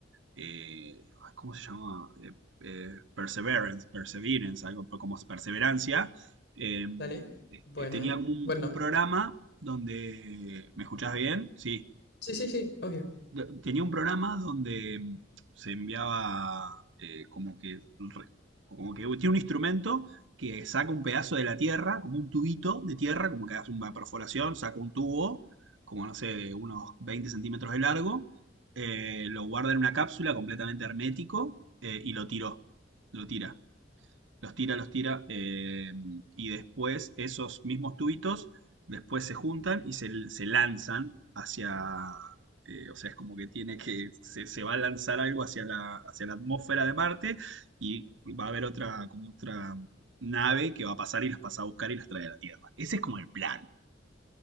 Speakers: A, on the right; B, on the left.
A: eh, ay, ¿cómo se llama? Eh, eh, Perseverance, Perseverance, algo po- como perseverancia. eh,
B: ¿Dale?
A: eh,
B: Buena,
A: eh, tenía
B: ¿eh?
A: como un,
B: Buen nombre.
A: un programa donde, ¿me escuchás bien? Sí
B: Sí, sí, sí, obvio.
A: de- tenía un programa donde mm, se enviaba eh, como que, re- o como que tiene un instrumento que saca un pedazo de la tierra, como un tubito de tierra, como que hace una perforación, saca un tubo, como no sé, de unos 20 centímetros de largo, eh, lo guarda en una cápsula completamente hermético eh, y lo tiró, lo tira los tira, los tira, eh, y después esos mismos tubitos después se juntan y se, se lanzan hacia, eh, o sea, es como que tiene que, se, se va a lanzar algo hacia la, hacia la atmósfera de Marte y va a haber otra, como otra nave que va a pasar y las pasa a buscar y las trae a la Tierra. Ese es como el plan.